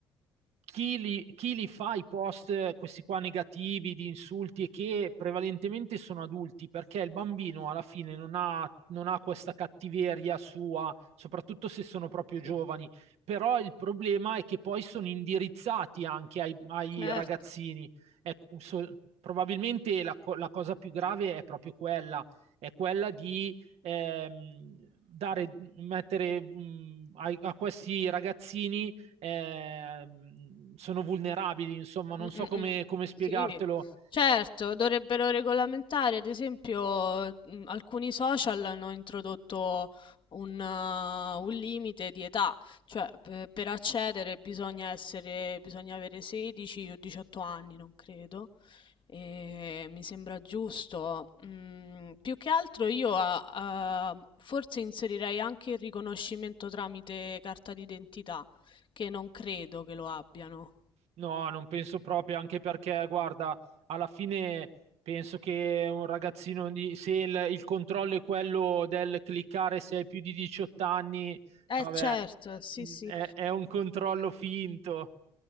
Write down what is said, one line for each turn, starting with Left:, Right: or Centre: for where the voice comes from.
Right: chi li, chi li fa i post, eh, questi qua negativi, di insulti, e che prevalentemente sono adulti, perché il bambino alla fine non ha, non ha questa cattiveria sua, soprattutto se sono proprio
Left: Sì.
Right: giovani. Però il problema è che poi sono indirizzati anche ai ai
Left: certo.
Right: ragazzini. Ecco, so- probabilmente la, co- la cosa più grave è proprio quella, è quella di ehm, dare, mettere mh, ai- a, questi ragazzini ehm, sono vulnerabili, insomma, non
Left: Mm, mm,
Right: so come,
Left: mm.
Right: come spiegartelo.
Left: Sì, certo, dovrebbero regolamentare, ad esempio, mm, alcuni social hanno introdotto un, uh, un limite di età, cioè per, per accedere bisogna essere, bisogna avere 16 o 18 anni, non credo, e mi sembra giusto. Mm, più che altro io a- a- forse inserirei anche il riconoscimento tramite carta d'identità, che non credo che lo abbiano.
Right: No, non penso proprio, anche perché, guarda, alla fine penso che un ragazzino di... se il, il controllo è quello del cliccare se hai più di 18 anni,
Left: Eh
Right: vabbè,
Left: certo, sì sì.
Right: è, è un controllo finto.